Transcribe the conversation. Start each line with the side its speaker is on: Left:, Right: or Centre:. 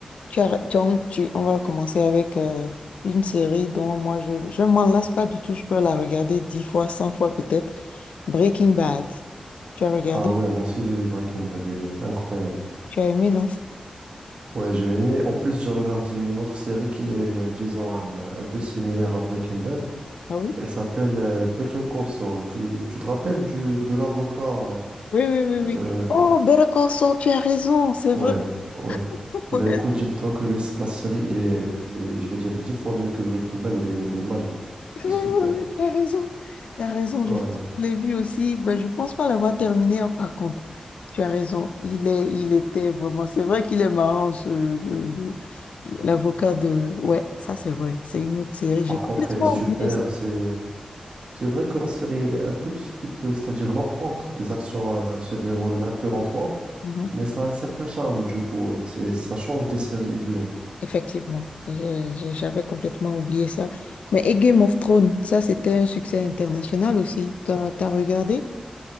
Left: Tu as, tu en- tu- on va commencer avec euh, une série dont moi je ne m'en lasse pas du tout. Je peux la regarder dix fois, cent fois peut-être. Breaking Bad. Tu as regardé?
Right: Ah ouais, moi aussi j'ai vu Breaking Bad, elle est incroyable.
Left: Tu as aimé, non?
Right: Ouais, j'ai aimé. En plus, j'ai regardé une autre série qui est, euh, disons, un, un peu similaire à Breaking Bad.
Left: Ah oui?
Right: Elle s'appelle euh, Better Call Saul. Tu, tu te rappelles du, de l'avocat?
Left: Oui, oui, oui,
Right: euh,
Left: oui. Oh, Better Call Saul, tu as raison, c'est
Right: Ouais,
Left: vrai.
Right: ouais.
Left: <laughs>
Right: Ben écoute, dis-toi que les- la série, elle est, elle est- je vais dire, dix fois mieux que Breaking Bad, elle est, elle est magique.
Left: <laughs> Ouais,
Right: Elle
Left: ouais,
Right: est super.
Left: ouais, ouais, T'as raison, t'as raison.
Right: Ouais.
Left: Je, pense que je l'ai vu aussi. Ben, je pense pas l'avoir terminé, hein, par contre. Tu as raison. Il est, il était vraiment. C'est vrai qu'il est marrant, ce, le- le- l'avocat de. Ouais, ça c'est vrai. C'est une autre série. J'ai
Right: Par
Left: complètement
Right: contre, elle est super.
Left: oublié ça.
Right: C'est, c'est vrai que la série, elle est un tout petit peu, c'est-à-dire lente. Les actions, euh, se déroulent un peu lentement,
Left: Mhm.
Right: mais ça a un certain charme, du coup. euh, C'est, ça change des séries usuelles.
Left: Effectivement, Je- je- j'avais complètement oublié ça. Mais et Game of Thrones, ça c'était un succès international aussi. T'as, t'as regardé?